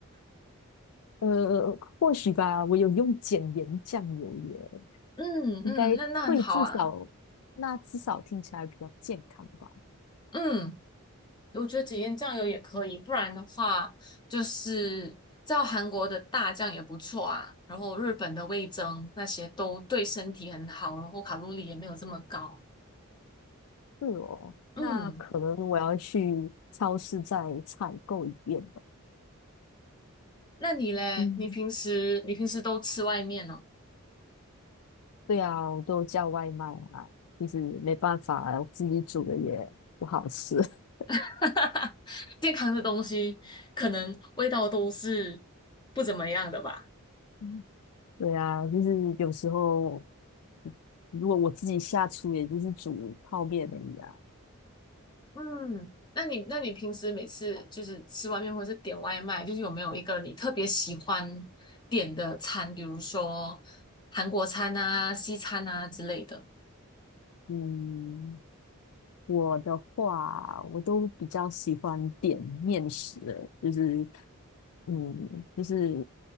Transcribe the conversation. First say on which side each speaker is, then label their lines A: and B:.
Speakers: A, on the left; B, on the left.
A: 呃，或许吧，我有用减盐酱油耶，
B: 嗯嗯，
A: 应该会至少，
B: 那那很好啊。
A: 那至少听起来比较健康吧。
B: 嗯，我觉得只腌酱油也可以，不然的话就是照韩国的大酱也不错啊，然后日本的味增那些都对身体很好，然后卡路里也没有这么高。
A: 是哦，
B: 嗯。
A: 那可能我要去超市再采购一遍吧。
B: 那你嘞？
A: 嗯，
B: 你平时你平时都吃外面哦？
A: 对啊，我都叫外卖啊，就是没办法，自己煮的也不好吃。<laughs>
B: <laughs> 健康的东西可能味道都是不怎么样的吧？
A: 嗯对啊，就是有时候如果我自己下厨，也就是煮泡面而已啊。
B: 嗯，那你那你平时每次就是吃外面或者是点外卖，就是有没有一个你特别喜欢点的餐，比如说韩国餐啊、西餐啊之类的？
A: 嗯，我的话，我都比较喜欢点面食了，就是嗯，就是